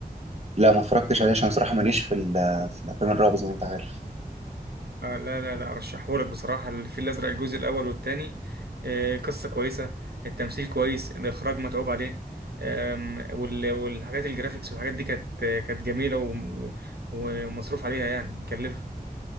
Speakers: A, on the right (about 40°); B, on the right (about 80°).
A: لا ما اتفرجتش عليه عشان صراحة ماليش في ال- في الأفلام الرعب زي ما أنت عارف
B: آه، لا لا لا ارشحهولك بصراحه الفيل الازرق الجزء الاول والثاني القصه كويسه التمثيل كويس الاخراج متعوب عليه آم، وال- والحاجات الجرافيكس والحاجات دي كانت آه، كانت جميله و- ومصروف عليها يعني مكلفه